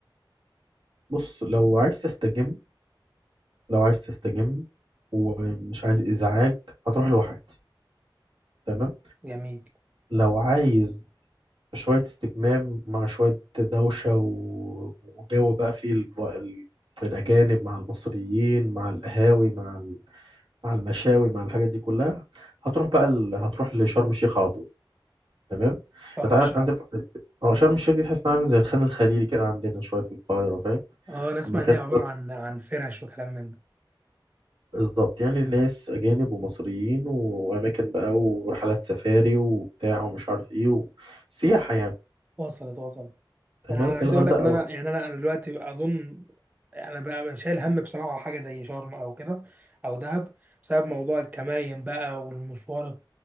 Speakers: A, on the right; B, on the right.
A: بص لو عايز تستجم لو عايز تستجم ومش عايز إزعاج هتروح لواحد تمام
B: جميل
A: لو عايز شوية استجمام مع شوية دوشة و- وجو بقى فيه ال... ال... الأجانب مع المصريين مع القهاوي مع ال... مع المشاوي مع الحاجات دي كلها هتروح بقى ال... هتروح لشرم الشيخ على طول تمام
B: شرم
A: انت عارف-
B: الشيخ
A: عندك هو شرم الشيخ دي تحس انها عامل زي الخان الخليلي كده عندنا شوية في القاهرة فاهم
B: اه انا اسمع
A: المكان
B: ان هي عباره عن عن فرش وكلام من ده
A: بالظبط يعني ناس أجانب ومصريين وأماكن بقى ورحلات سفاري وبتاع ومش عارف إيه وسياحة يعني
B: وصلت وصلت
A: تمام
B: انا عايز
A: الغردقة
B: اقول لك ان انا
A: بقى
B: يعني انا انا دلوقتي اظن انا بقى بقى شايل هم بصراحه حاجه زي شرم او كده او دهب بسبب موضوع الكماين بقى والمشوار